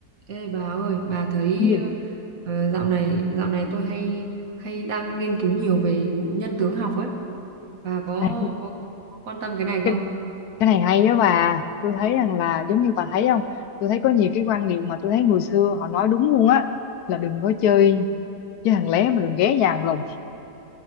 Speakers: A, on the right; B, on the left.
A: Ê bà ơi, bà thấy
B: Cái gì
A: ờ, ờ, dạo này dạo này tôi hay hay đang nghiên cứu nhiều về vụ nhân tướng học ấy. Bà có
B: À,
A: có, có quan tâm cái này không?
B: cái, cái này hay đó bà tôi thấy rằng là giống như bà thấy không tôi thấy có nhiều cái quan niệm mà tôi thấy người xưa họ nói đúng luôn á là đừng có chơi chơi thằng lé mà đừng ghé nhà thằng lùng